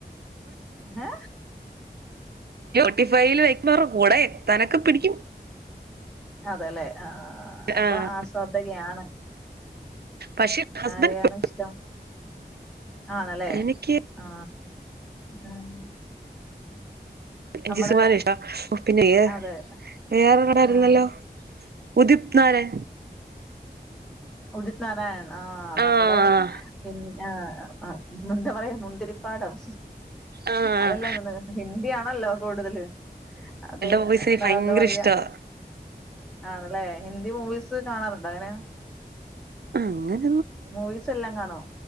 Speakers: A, in the centre; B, on the right.
A: ഏഹ് ഹെ.
B: ട്ടിഫൈൽ വയ്ക്കുന്നവരുടെ കൂടെ എത്താനൊക്കെ പിടിക്കും.
A: അതെ ലേ. ആ അപ്പൊ
B: ആഹ്
A: ആസ്വാദകയാണ്.
B: പക്ഷെ ഹസ്ബൻഡ്
A: ആരെയാണ് ഇഷ്ടം? ആണല്ലേ.
B: എനിക്ക്
A: ആ. ഉം
B: എം
A: നമ്മുടെ
B: ജി ശ്രീകുമാറിനെ ഇഷ്ടവാ. പിന്നെ
A: അതെ
B: വേറൊരന്നല്ലോ?
A: ആഹ്
B: ഉതിപ് നാരാ
A: ഉദിത് നാരായൺ. ആ നമ്മുടെ
B: ആഹ്
A: പിൻ എ ആ എന്താ പറയാ മുന്തിരിപ്പാടം
B: ആഹ് ആഹ്
A: അതല്ല
B: ആഹ്
A: ന് ഹിന്ദി ആണല്ലോ കൂടുതല്. അത്
B: ആൾടെ വോയിസ് എനിക്ക് ഭയങ്കര
A: എന്താ പറയാ
B: ഇഷ്ടവാ
A: ആണല്ലേ ഹിന്ദി മൂവീസ് കാണാറുണ്ടോ? എങ്ങനെയാ?
B: അങ്ങൻ
A: മൂവിസ് എല്ലാം കാണോ?